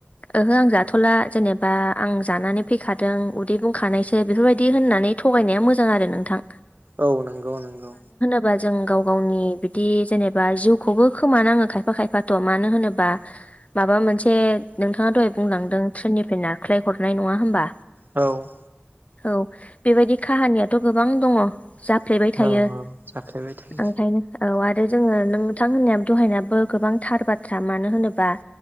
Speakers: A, on the left; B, on the right.
A: ओहो आं जाथ'ला जेनेबा आं जानानै फैखादों उदै बुंखानायसो बेफोरबायदि होननानै थगायनाया मोजां आरो नोंथां
B: औ नंगौ नंगौ
A: होनबा जों गाव गावनि बिदि जेनेबा जिउखौबो खोमानाङो खायफा खायफाथ' मानो होनोबा माबा मोनसे नोंथाङा दहाय बुंलांदों ट्रेननिफ्राय नारख्लाय हरनाय नङा होमबा
B: औ
A: औ बेबायदि काहानियाथ' गोबां दङ जाफ्लेबाय थायो
B: औ औ जाफ्लेबाय थायो
A: ओंखायनो औ आरो जोङो नोंथां होननाया दहायनायाबो गोबांथार बाथ्रा मानो होनोबा